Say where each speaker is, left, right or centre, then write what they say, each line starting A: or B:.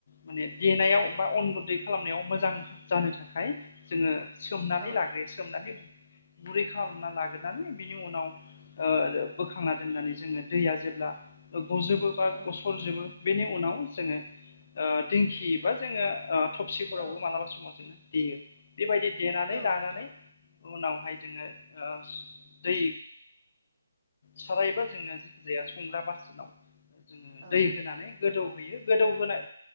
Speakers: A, on the left; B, on the right.
A: माने देनायाव बा अन गुन्दै खालामनायाव मोजां जानो थाखाय जोङो। सोमनानै
B: औ
A: लाग्रोयो सोमनानै गुरै खालामना लाग्रोनानै बिनि उनाव ओ बोखांना दोननानै जोङो दैया जेब्ला गजोबो बा
B: औ
A: गसरजोबो बेनि उनाव जोङो ओ दिंखि बा जोङो। ओ थबसिफोरावबो
B: औ
A: मालाबा समाव जोङो देयो बेबायदि देनानै
B: औ
A: लानानै
B: नोंथां
A: उनावहाय जोङो आ दै सारायबा जोङो जाया संग्रा बासनाव जोङो
B: औ
A: दै होनानै गोदौ होयो गोदौ होनाय